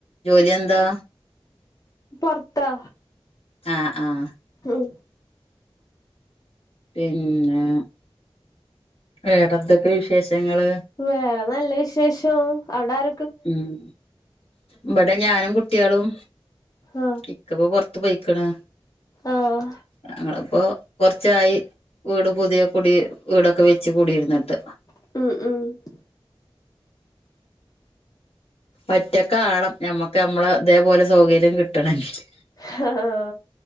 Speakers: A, on the left; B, on the left.
A: ജോലി എന്താ?
B: പൊറത്താ
A: ആഹ് ആഹ്
B: ഉം
A: പിന്നെ വേറെന്തൊക്കെ വിശേഷങ്ങള്
B: വേറെ നല്ല വി ശേഷം അവടര
A: ഉം ഇവടെ ഞാനും കുട്ട്യളും
B: ആഹ്
A: ഇക്കപ്പോ പുൊർത്ത് പോയിക്ക്ണ്.
B: ആഹ്
A: ഞങ്ങള്പ്പോ കുറച്ചായി വീട് പുതിയ കുൂടി വീടൊക്കെ വെച്ച് കൂടിയിരുന്നിട്ട്.
B: ംം
A: ഒറ്റക്കാകണം ഞമ്മക്ക് ഞമ്മള തേപോലെ സൗകര്യം കിട്ടണെങ്കില്.
B: ഹ ഹ ഹാ